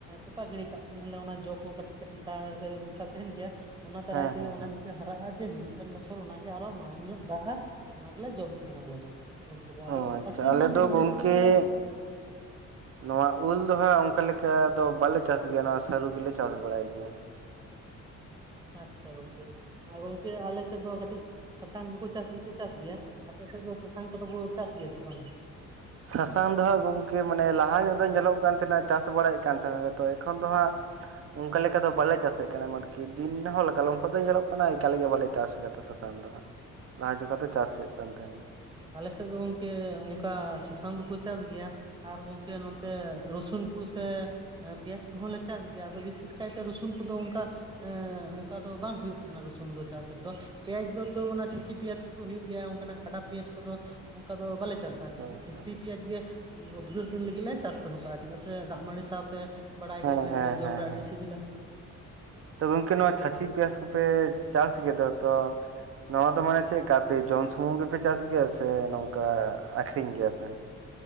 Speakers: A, on the right (about 15°); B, on the right (about 50°).
A: ᱛᱚᱯᱟᱜ ᱜᱤᱰᱤ ᱠᱟᱜ ᱛᱟᱦᱮᱱᱞᱮ ᱚᱱᱟ ᱡᱚ ᱠᱚ ᱠᱟᱹᱴᱤᱡ-ᱠᱟᱹᱴᱤᱡ ᱫᱟᱜ ᱨᱮ ᱢᱮᱥᱟ ᱛᱟᱦᱮᱱ ᱜᱮᱭᱟ᱾ ᱚᱱᱟ ᱫᱟᱨᱟᱭ
B: ᱦᱮᱸ
A: ᱛᱮᱜᱮ
B: ᱦᱮᱸ
A: ᱚᱱᱟ
B: ᱦᱮᱸ
A: ᱠᱚᱜᱮ ᱦᱟᱨᱟᱜᱼᱟ ᱡᱮ ᱦᱤᱡᱩᱜ ᱵᱚᱪᱷᱚᱨ ᱚᱱᱟ ᱜᱮ ᱟᱨᱚ ᱢᱟᱲᱟᱝ ᱧᱚᱜ ᱫᱟᱜᱼᱟ ᱚᱱᱟ ᱜᱮᱞᱮ ᱡᱚᱢ ᱛᱟᱦᱮᱸᱱᱟ ᱟᱞᱮ ᱫᱚ ᱳᱞ ᱠᱚᱫᱚ ᱟᱫᱚ
B: ᱚ ᱟᱪᱪᱷᱟ
A: ᱟᱠᱷᱨᱤᱧ
B: ᱟᱞᱮ
A: ᱦᱚᱸ ᱡᱩᱫᱤ ᱡᱟᱹᱥᱛᱤ
B: <unintelligible>
A: ᱧᱚᱜ ᱞᱮ
B: ᱱᱚᱣᱟ ᱩᱞ ᱫᱚ ᱦᱟᱸᱜ ᱚᱱᱠᱟ ᱞᱮᱠᱟ ᱫᱚ ᱵᱟᱞᱮ ᱪᱟᱥ ᱜᱮᱭᱟ ᱱᱚᱣᱟ ᱥᱟᱹᱨᱩ ᱜᱮᱞᱮ ᱪᱟᱥ ᱵᱟᱲᱟᱭ ᱜᱮᱭᱟ
A: ᱟᱪᱪᱷᱟ ᱜᱚᱝᱠᱮ ᱟᱨ ᱜᱚᱝᱠᱮ ᱟᱞᱮ ᱥᱮᱫ ᱫᱚ ᱠᱟᱹᱴᱤᱡ ᱥᱟᱥᱟᱝ ᱦᱚᱸᱠᱚ ᱪᱟᱥ ᱫᱚᱠᱚ ᱪᱟᱥ ᱜᱮᱭᱟ ᱟᱯᱮ ᱥᱮᱫ ᱫᱚ ᱥᱟᱥᱟᱝ ᱠᱚᱫᱚ ᱠᱚ ᱪᱟᱥ ᱜᱮᱭᱟ ᱥᱮ ᱵᱟᱝᱟ
B: ᱥᱟᱥᱟᱝ ᱫᱚ ᱦᱟᱸᱜ ᱜᱚᱝᱠᱮ ᱢᱟᱱᱮ ᱞᱟᱦᱟ ᱧᱚᱜ ᱫᱚ ᱧᱮᱞᱚᱜ ᱠᱟᱱ ᱛᱟᱦᱮᱱᱟ ᱪᱟᱥ ᱵᱟᱲᱟᱭᱮᱫ ᱠᱟᱱ ᱛᱟᱦᱮᱱᱟ ᱛᱚ ᱮᱠᱷᱚᱱ ᱫᱚ ᱦᱟᱸᱜ ᱚᱱᱠᱟ ᱞᱮᱠᱟ ᱫᱚ ᱵᱟᱞᱮ ᱪᱟᱥᱮᱫ ᱠᱟᱱᱟ ᱢᱟᱱ ᱠᱤ ᱫᱤᱱ ᱦᱚᱞᱠᱟᱞᱚᱢ ᱠᱷᱚᱱ ᱫᱚ ᱧᱮᱞᱚᱜ ᱠᱟᱱᱟ ᱮᱠᱟᱞ ᱜᱮ ᱵᱟᱞᱮ ᱪᱟᱥ ᱟᱠᱟᱫᱟ ᱥᱟᱥᱟᱝ ᱫᱚ ᱦᱟᱸᱜ ᱞᱟᱦᱟ ᱡᱚ ᱠᱟᱛᱮ ᱪᱟᱥ ᱦᱩᱭᱩᱜ ᱠᱟᱱ ᱛᱟᱦᱮᱱ
A: ᱟᱞ ᱥᱮᱫ ᱫᱚ ᱜᱚᱢᱠᱮ ᱚᱱᱠᱟ ᱥᱟᱥᱟᱝ ᱫᱚᱠᱚ ᱪᱟᱥ ᱜᱮᱭᱟ᱾ ᱟᱨ ᱜᱚᱢᱠᱮ ᱱᱚᱛᱮ ᱨᱚᱥᱩᱱ ᱠᱚᱥᱮ ᱯᱮᱸᱭᱟᱡᱽ ᱠᱚᱦᱚᱸ ᱞᱮ ᱪᱟᱥ ᱜᱮᱭᱟ ᱟᱫᱚ ᱵᱤᱥᱮᱥ ᱠᱟᱭᱛᱮ ᱨᱥᱩᱱ ᱠᱚᱫᱚ ᱚᱱᱠᱟ ᱚᱱᱠᱟ ᱫᱚ ᱵᱟᱝ ᱦᱩᱭᱩᱜ ᱛᱟᱦᱮᱱᱟ ᱨᱚᱥᱩᱱ ᱫᱚ ᱪᱟᱥ ᱨᱮᱫᱚ ᱯᱮᱸᱭᱟᱡᱽ ᱫᱚ ᱛᱟ. ᱣ ᱚᱱᱟ ᱪᱷᱟᱹᱪᱤ ᱯᱮᱸᱭᱟᱡᱽ ᱠᱚ ᱦᱩᱭᱩᱜ ᱜᱮᱭᱟ ᱚᱱᱠᱟᱱᱟᱜ ᱠᱟᱰᱟ ᱯᱮᱸᱭᱟᱡᱽ ᱠᱚᱫᱚ ᱚᱱᱠᱟ ᱫᱚ ᱵᱟᱞᱮ
B: ᱛᱟᱦᱮᱸᱱᱟ
A: ᱪᱟᱥᱟ
B: ᱟᱪᱪᱷᱟ ᱟᱪᱪᱷᱟ
A: ᱪᱷᱟᱹᱪᱤ ᱯᱮᱸᱭᱟᱡᱽ ᱜᱮ ᱩᱫᱽᱜᱟᱹᱨ ᱫᱤᱱ ᱞᱟᱹᱜᱤᱫ ᱞᱮ ᱪᱟᱥ ᱫᱚᱦᱚ ᱠᱟᱜᱼᱟ ᱪᱮᱫᱟᱜ ᱥᱮ ᱫᱟᱜ ᱢᱟᱹᱲᱤ ᱥᱟᱶᱛᱮ ᱵᱟᱲᱟᱭ
B: ᱦᱮᱸ
A: ᱜᱮᱭᱟᱵᱮᱱ
B: ᱦᱮᱸ
A: ᱡᱮ ᱡᱚᱢ
B: ᱦᱮᱸ
A: ᱨᱮ
B: ᱦᱮᱸ
A: ᱟᱹᱰᱤ ᱥᱤᱵᱤᱞᱟ᱾
B: ᱛᱚ ᱜᱚᱢᱠᱮ ᱱᱚᱣᱟ ᱪᱷᱟᱹᱪᱤ ᱯᱮᱸᱭᱟᱡᱽ ᱠᱚᱯᱮ ᱪᱟᱥ ᱜᱮᱫᱚ ᱛᱚ ᱱᱚᱣᱟ ᱫᱚ ᱢᱟᱱᱮ ᱪᱮᱫᱠᱟ ᱟᱯᱮ ᱡᱚᱢ ᱥᱩᱢᱩᱝ ᱜᱮᱯᱮ ᱪᱟᱥ ᱜᱮᱭᱟ ᱥᱮ ᱱᱚᱝᱠᱟ ᱟᱠᱷᱨᱤᱧ ᱜᱮᱭᱟ ᱯᱮ